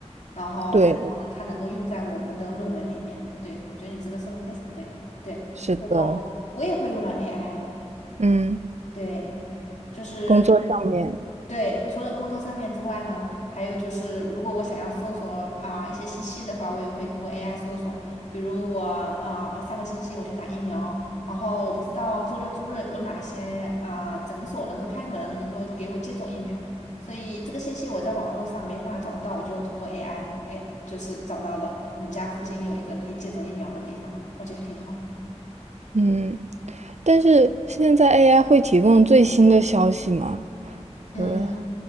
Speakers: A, on the left; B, on the right.
A: 然后才能保证它能够用在我们的论文里面。
B: 对，
A: 对，我觉得你这个说的非常对，对，
B: 是的，
A: 我我也会用到 AI，
B: 嗯，
A: 对。就是
B: 工作上面，
A: 对，除了工作上面之外呢，还有就是，如果我想要搜索啊、一些信息的话，我也会通过 AI 搜索。比如我啊、上个星期我去打疫苗，然后我不知道周六周日有哪些啊、诊所能够开门，能够给我接种疫苗，所以这个信息我在网络上没办法找到，我就通过 AI，哎，就是找到了我们家附近有一个可以接种疫苗的地方，我觉得挺好。
B: 嗯，但是现在 AI 会提供最新的消息吗？
A: 嗯。
B: 呃，